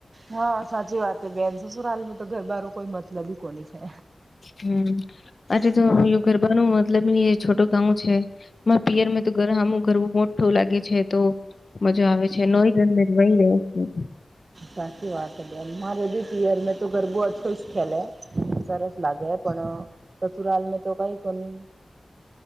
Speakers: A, on the right (about 60°); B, on the left (about 60°).
A: હા સાચી વાત છે, બેન સસુરાલમાં તો ઘરબાર કોઈ મતલબ કોની છે,
B: હમ અરે તો ગરબા નું મતલબ છોટું ગાવું છે, પિયર તોમું ગરબું મોટું લાગે. લાગે છે, તો મજા આવે છે, નો રન વહી રહ્યો છું.
A: સાચી વાત હે બેન મા રેડી પીયર મેં તો ગરબું જ ખુશ ખેલે. સરસ લાગે પણ સસુરાલ ન તો કોની.